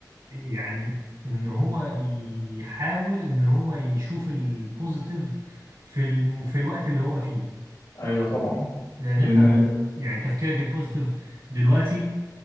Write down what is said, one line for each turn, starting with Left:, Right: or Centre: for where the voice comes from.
Right: يعني ان هو يحاول ان هو يشوف البوزيتيف في الم... في الوقت اللي هو فيه
Left: ايوه طبعا
Right: لان
Left: لان
Right: انت يعني تفكيرك البوزيتيف دلوقتي